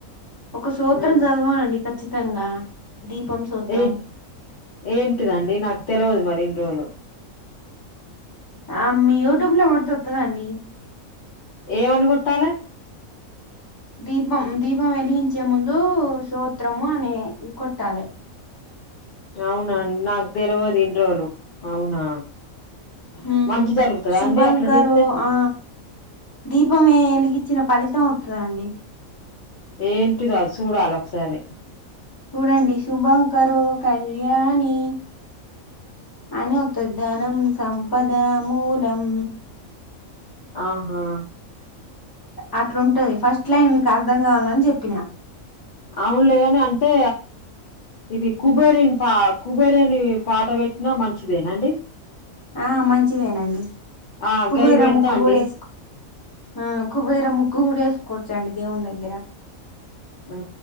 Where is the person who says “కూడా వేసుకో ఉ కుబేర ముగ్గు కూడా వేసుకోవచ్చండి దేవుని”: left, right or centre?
Left